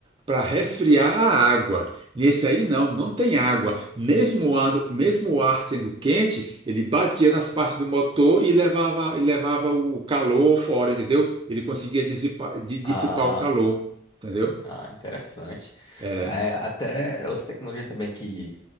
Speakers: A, on the right; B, on the left.
A: para resfriar a água. Nesse aí não, não tem água. Mesmo o ar, mesmo o ar sendo quente, ele batia nas partes do motor e levava, e levava o calor fora, entendeu? Ele conseguia dissipar, di- dissipar
B: Ah,
A: o calor, entendeu?
B: ah, interessante.
A: É.
B: É, até outra tecnologia também que